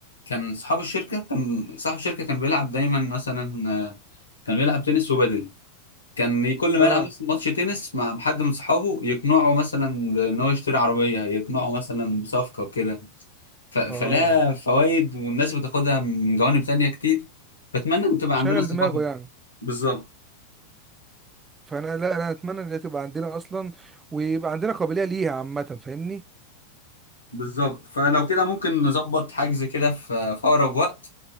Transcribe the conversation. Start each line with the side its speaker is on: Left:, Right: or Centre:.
Left: كان صاحب الشركة كان صاحب الشركة كان بيلعب دايما مثلا آه، كان بيلعب تنس وبادل كان ي- كل ما
Right: اه
Left: يلعب مثلا ماتش تنس مع حد من صحابه يقنعه مثلا بان هو يشتري عربية يقنعه مثلا بصفقة وكده ف- فلها
Right: اه
Left: فوائد والناس بتاخدها من جوانب تانية كتير بتمنى ان تبقى
Right: شغل
Left: عندنا الثقافة
Right: دماغه
Left: دي
Right: يعني
Left: بالظبط
Right: فانا لا انا اتمنى ان هي تبقى عندنا اصلا ويبقى عندنا قابليه ليها عامه فاهمني
Left: بالظبط فلو كده ممكن نظبط حجز كده في في أقرب وقت